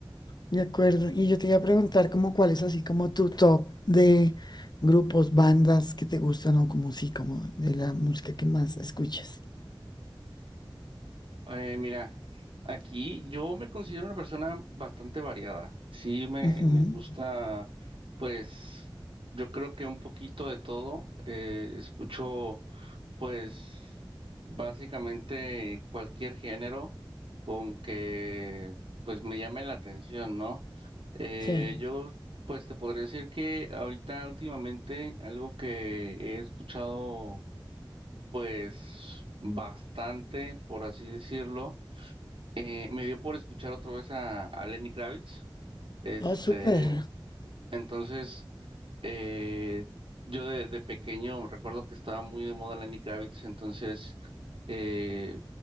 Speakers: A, on the left; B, on the right.
A: de acuerdo. Y yo te iba a preguntar como cuál es así como tu top de grupos, bandas que te gustan o como sí, como de la música que más escuchas.
B: Eh, mira, aquí yo me considero una persona bastante variada. Sí, me,
A: Ujú,
B: me gusta, pues, yo creo que un poquito de todo. Eh, escucho, pues, básicamente cualquier género con que, pues, me llame la atención, ¿no? Eh,
A: Sí.
B: yo, pues, te podría decir que ahorita últimamente algo que he escuchado, pues, bastante, por así decirlo eh, me dio por escuchar otra vez a, a Lenny Kravitz. Este,
A: Ah, súper.
B: entonces, eh, yo de, de pequeño recuerdo que estaba muy de moda Lenny Kravitz, entonces eh,